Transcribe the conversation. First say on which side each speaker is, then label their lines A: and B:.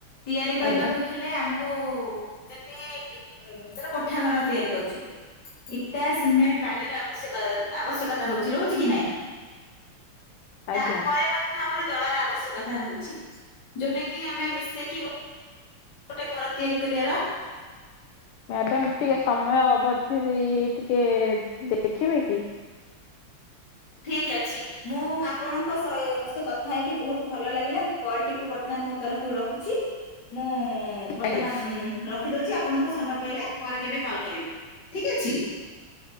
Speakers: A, on the left; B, on the left.
A: ତିଆରି କରିବାକୁ
B: ଆଜ୍ଞା।
A: ହେଲେ ଆମକୁ ଯେତି ଧର କୋଠା ଘର ତିଆରି କରୁଛନ୍ତି। ଇଟା, ସିମେଣ୍ଟ, ବାଲି ର ଆବଶ୍ୟକ୍ ଆବଶ୍ୟକତା ରହୁଛି ରହୁଛି କି ନାଇଁ?
B: ଆଜ୍ଞା
A: ତାପରେ ମଧ୍ୟ ଆମର ଜଳର ଆବଶ୍ୟକତା ରହୁଚି, ଯୋଉଟା କି ଆମେ ମିଶେଇକି ଗୋ ଗୋଟେ ଘର ତିଆରି କରିଆର
B: ମ୍ୟାଡ଼ାମ୍ ଟିକେ ସମୟ ଅବଧି ଟିକେ ଦେଖିବେ କି?
A: ଠିକ୍ ଅଛି। ମୁଁ ଆପଣଙ୍କ ସହିତ କଥା ହେଇକି ବହୁତ ଭଲ ଲାଗିଲା ମୁଁ କଲ ଟିକୁ ବର୍ତ୍ତମାନ ମୋ ତରଫରୁ ରଖୁଛି। ମୁଁ ବର୍ତ୍ତମାନ
B: ଆଜ୍ଞା।
A: ଉଁ ରଖିଦଉଚି ଆପଣଙ୍କୁ ସମୟ ପାଇଲେ ପରେ କେବେ କଲ୍ କରିବି ଠିକ୍ ଅଛି,